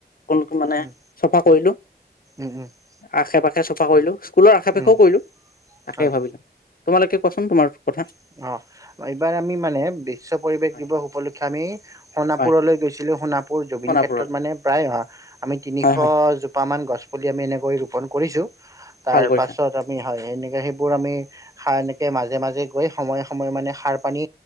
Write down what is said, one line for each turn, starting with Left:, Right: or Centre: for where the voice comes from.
Left: সকলো মানে
Right: উম
Left: চফা কৰিলো
Right: উম
Left: আশে পাশে চফা কৰিলো। স্কুলৰ আশা পাখেও
Right: উম
Left: কৰিলো তাকে
Right: হয়
Left: ভাবিলো তোমালোকে কোৱাচোন তোমাৰ কথা।
Right: অ এইবাৰ আমি মানে বিশ্ব পৰিৱেশ
Left: হয়
Right: দিৱস উপলক্ষ ক্ষে আমি সোণাপুৰলৈ
Left: হয়
Right: গৈছিলো সোণাপুৰ জুবিন
Left: মনাপুৰলৈ
Right: ক্ষেত্ৰত মানে প্ৰায় আমি তিনিশজোপামান
Left: হয় হয়
Right: গছপুলি আমি এনেকৈ ৰোপণ কৰিছো। তাৰপাছত
Left: ভাল কৰিছা
Right: আমি হয় এনেকৈ সেইবোৰ আমি সা এনেকৈ মাজে মাজে গৈ সময়ে সময়ে মানে সাৰ পানী